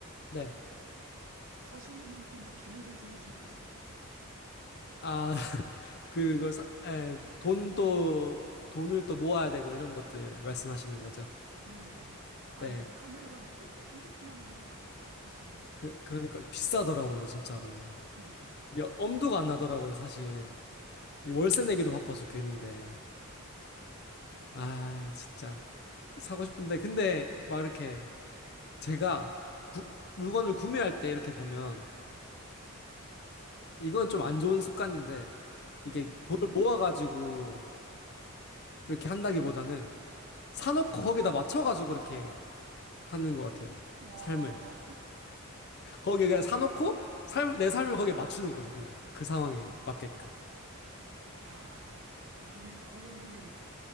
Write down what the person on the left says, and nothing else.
네.
아, <laughs> 그거, 사, 에, 돈 또, 돈을 또 모아야 되고 이런 것들 말씀하시는 거죠?
네.
그, 그러니까 비싸더라고요, 진짜로.
야, 엄두가 안 나더라고요, 사실. 이 월세 내기도 바빠 죽겠는데. 아, 진짜. 사고 싶은데. 근데 막 이렇게 제가 구- 물건을 구매할 때 이렇게 보면 이건 좀 안 좋은 습관인데
이게 돈을 모아가지고 이렇게 한다기보다는 사놓고 거기다 맞춰가지고 그렇게 하는 것 같아요.
삶을.
거기에 그냥 사놓고 삶, 내 삶을 거기에 맞추는 거죠, 그냥. 그 상황에
맞게끔.